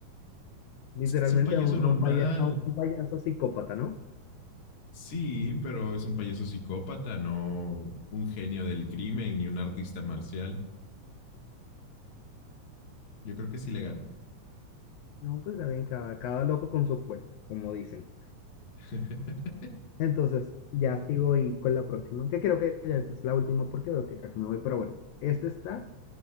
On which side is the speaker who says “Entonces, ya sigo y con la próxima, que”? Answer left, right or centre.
Left